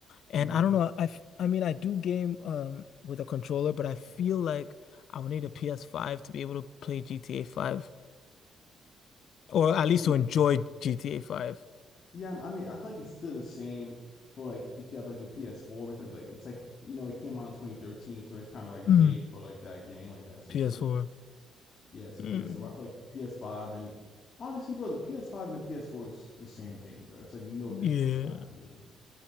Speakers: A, on the left; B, on the left.
A: and
B: hmm
A: I don't know. I, f- I mean, I do game um with a controller, but I feel like I would need a PS5 to be able to play GTA 5, or at
B: I
A: least
B: mean,
A: to enjoy GTA 5.
B: yeah, I mean, I feel like it's still the same for like if you have like a PS4 because like it's like you know it came out in 2013, so it's kind of like made
A: Mm,
B: for like that game, like that system.
A: PS4.
B: Yeah, so
A: Mm,
B: PS4. I feel like PS5 and honestly, bro, the PS5 and the PS4 is the same thing, bro. It's like no difference
A: yeah.
B: in my opinion.